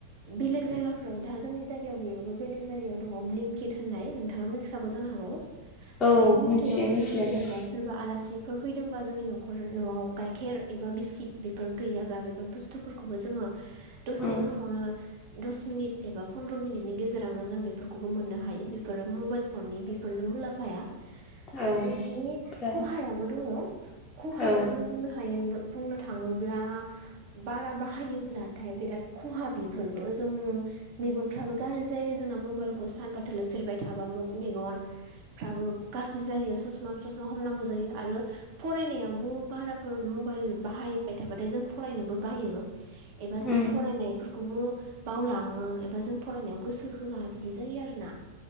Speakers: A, on the right; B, on the left.
A: बेलेग जायगाफोराव दा जोंनि जायगायाव गैयाबाबो बेलेग जायगायाव दङ ब्लिंकिट होननाय नोंथाङा मिथिखागौ जानो हागौ
B: औ
A: बे ब्लिंकेटाबो
B: मिथियो मिथिनायालाय
A: जोंनाव जेनेबा सोरबा आलासि फोर फैदोंबा जोंनि न'खर आव गाइखेर एबा बिस्किट बेफोर गैयाबा बेफोर बुस्थुफोरखौबो जोङो दसे
B: उम
A: समावनो दस मिनिट एबा पन्द्र मिनिटनि गेजेरावनो जों बेफोरखौबो मोननो हा- यो बेफोरो मबाइल फननि बेफोरनो मुलाम्फाया
B: औ
A: आरो बिनि
B: ओमफ्राय
A: खहायाबो दङ खहायाव
B: औ
A: जों बुंनो हायो बुंनो थाङो- ब्ला बारा बाहायोब्लाथाय बिराद खहा बेफोरबो जों मेगन- थाबो गाज्रि जायो जोंना मबाइलखौ सानफा थोलो सेरबाय थाबा मेगन फ्राबो गाज्रि जायो ससमा थसमा हमनांगौ जायो आरो फरायनायावबो बारा फोर मबाइल बाहायबाय थाबाथाय जों फरायनोबो बायो एबा जों
B: उम
A: फरायनायफोरखौबो बावलाङो एबा जों फरायनायाव गोसो होआ बिदि जायो आरोना